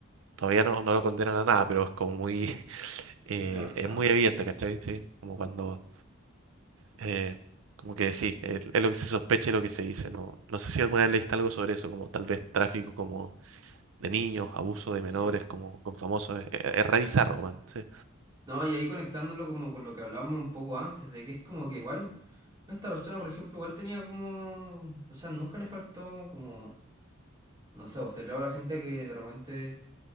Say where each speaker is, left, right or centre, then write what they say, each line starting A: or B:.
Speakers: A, on the right; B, on the right.
A: todavía no, no lo condenan a nada, pero es como muy eh,
B: demasiado.
A: es muy evidente, ¿cachai? Sí, como
B: Mm,
A: cuando, eh, como que sí, es, es lo que se sospecha y lo que se dice. No, no sé si alguna vez leíste algo sobre eso, como tal vez tráfico como de niños, abuso de menores,
B: sí,
A: como con famosos. Es,
B: sí.
A: es re bizarro, weón, Sí,
B: No, y ahí conectándolo como con lo que hablábamos un poco antes, de que es como que igual, esta persona, por ejemplo, igual tenía como, o sea, nunca le faltó como, no sé, usted le habla a la gente que de repente